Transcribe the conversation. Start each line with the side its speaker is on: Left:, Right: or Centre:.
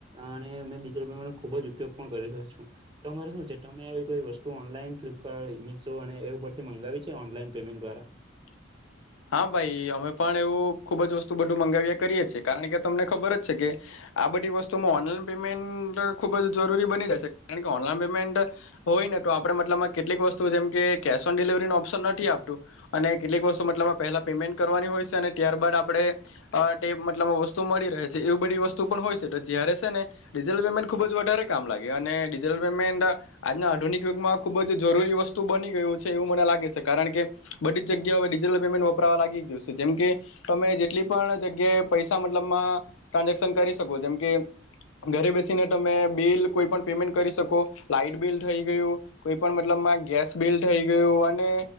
Right: અને મેં ડિજિટલ પેમેન્ટો ખૂબ જ ઉપયોગ પણ કરી રહ્યો છું. તમારે શું છે તમે આવી કોઈ વસ્તુ ઓનલાઈન ફ્લિપકાર્ટ ઇમિસો અને એ ઉપરથી મંગાવી છે ઓનલાઈન પેમેન્ટ દ્વારા?
Left: <inaudible> હા ભાઈ અમે પણ એવું ખુબ જ વસ્તુ બધું મંગાવ્યા કરીએ છેીએ કારણ કે તમને ખબર જ છે કે. આ બધી વસ્તુમાં ઓનલાઈન પેમેન્ટ ખુબ જ જરૂરી બની જશે કારણ કે ઓનલાઈન પેમેન્ટ હોય તો આપડે મતમાં કેટલીક વસ્તુ જેમ કેશ ઓન ડિલવરી નો ઓપ્શન નથી આપતું અને કેટલીક વસ્તુ મતલબ પેલા પેમેન્ટ કરવાની હોય છે અને ત્યારબાદ આપણેેટે મતલબ વસ્તુ મળી રહે છે એવી બધી વસ્તુ પણ હોય છે તો જ્યારે ને ડિટલ પેમેન્ટ ખુબ જ વધારે કામ લાગે અને ડિજિટલ પેમેન્ટ આજના આધુનિક માં ખૂબ જ જરૂરી વસ્તુ બની ગયું છે એવું મ લાગે કારણ કે બધી જગ્યા હવે ડિજિટલ પેમેન્ટ લાગી ગયું છે જેમકે તમે જેટલી પણ જગ્યાએ પૈસા મતલબમાં ટ્રાન્ઝેક્શન કરી શકો છો જેમ કે ઘરે બેસીને તમે બિલ કોઈ પણ પેમેન્ટ કરી શકો લાઈટ બિલ થઈ ગયું કોઈ પણ મતલબ ગેસ બિલ થઈ ગયું અને